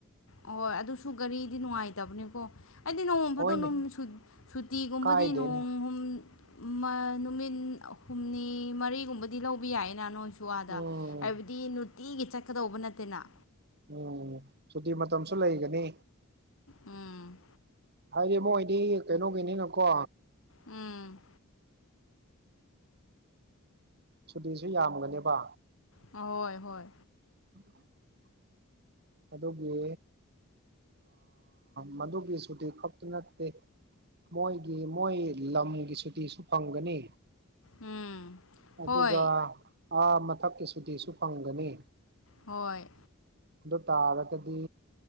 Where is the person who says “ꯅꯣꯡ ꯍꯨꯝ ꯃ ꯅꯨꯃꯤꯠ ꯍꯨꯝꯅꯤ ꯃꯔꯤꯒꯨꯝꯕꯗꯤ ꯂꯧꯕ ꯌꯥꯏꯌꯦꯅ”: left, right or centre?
Left